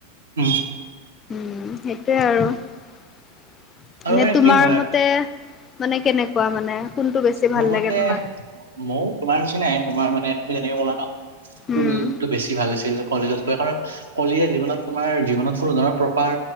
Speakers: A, on the right (about 70°); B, on the left (about 25°).
A: উম
B: উম সেইটোৱে আৰু-
A: আৰু
B: মানে তোমাৰ
A: কি হয়
B: মতে, মানে কেনেকুৱা মানে কোনটো বেছি ভাল
A: মোৰ মতে
B: লাগে তোমাৰ?
A: ময়ো তোমাৰ নিচিনাই তোমাৰ মানে তুমি যেনেকে ক'লা ন, স্কুলতটো
B: উম,
A: বেছি ভাল আছিল। কলেজত কাৰণ- কলিয়ে জীৱনত তোমাৰ জীৱনত কোনো ধৰণৰ প্ৰকাৰ